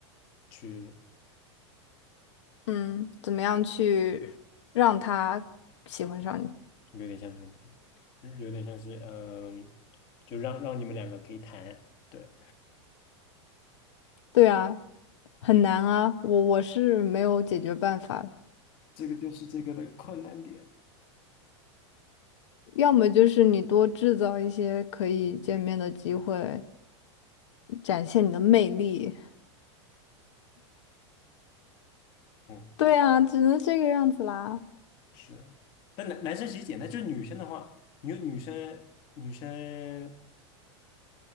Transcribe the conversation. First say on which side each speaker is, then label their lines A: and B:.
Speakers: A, on the left; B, on the left.
A: 去，
B: 嗯，怎么样去让他喜欢上你？
A: 有点像那种感觉，嗯有点像是嗯，就让让你们两个可以谈。对，
B: 对啊，很难啊，我我是没有解决办法的。
A: 这个就是这个的困难点。
B: 要么就是你多制造一些可以见面的机会，展现你的魅力。
A: 嗯，
B: 对啊，只能这个样子啦。
A: 是。但男男生其实简单，就是女生的话，你有女生女生